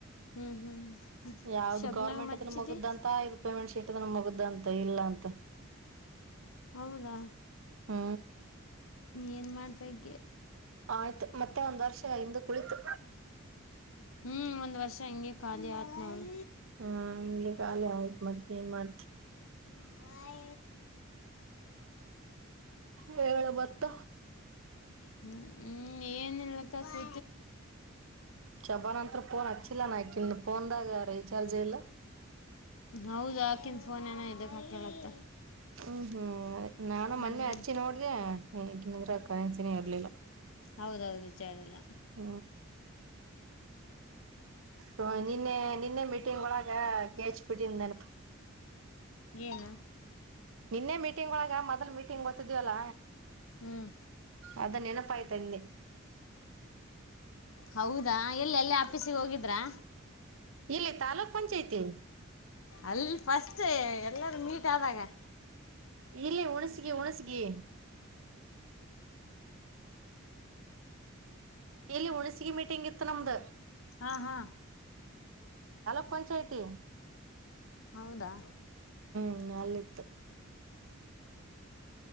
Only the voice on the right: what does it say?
ಯಾವ್ದ
ಗೌರ್ಮೆಂಟ್
ಅದ ಮುಗುದಂತ ಇದು ಪೇಮೆಂಟ್ ಶೀಟ್ ಮುಗ ಇದಂತ ಇಲ್ಲಂತ
ಹ್ಮ
ಆಯ್ತು ಮತ್ತೆ ಒಂದ್ ವರ್ಷ ಹಂದು ಕುಳಿತು
ಹ್ಮ್ ಇ್ಲಿಕ್ಕೆ ಆಯ್ತ್ ಮತ್ತ ಮಾಡ <unintelligible>
ಹೇಳ ಮತ್ತ
ಚಬ ನಂತರಫೋನ್ ಅಚ್ಚಿಲ್ಲ ನಕಫೋನ್ದಾಗ ರರಿಚಾರ್ಜ ಯಲ್ಲ
ಹ್ಮ್ ಹ್ಮ್ ಅದೇ ನಾನು
ಮೊನ್ನೆ ಹಚ್ಚಿ ನೋಡ್ದ ಈಗನಂದ್ರ ಕನಸಿನೇ ಇರ್ಲಿಲ್ಲ
ಹ್ಮ ಹ ನಿನ್ನೆ ನಿನ್ನೆ ಮೀಟಿಂಗ್ ಒಳಗ ಕಚ್ಬಿಟ್ಟನ್ ನೆನಪ
ನಿನ್ನೆ ಮೀಟಿಂಗ್ ಒಳಗ ಮೊದ್ಲ್ ಮೀಟಿಂಗ್ ಗೊತ್ತಿದವಲ್ಲ
ಅದ ನೆನಪ ಆಯ್ತಾ ಹಿಂದೆ
ಇಲ್ಲಿ ತಾಲೂಕ್ ಪಂಚಾಯತಿ
ಇಲ್ಲಿ ಉಣಸಗಿ ಉಣಸಗಿ ಇಲ್ಲಿ ಉುಣಸಗಿ ಮೀಟಿಂಗ್ ಇತ್ತು ನಮ್ದ
ಗ ಪಂಚಾಯತಿ
ಹ್ಮ ನಲ್ಲಿ ಇತ್ <unintelligible>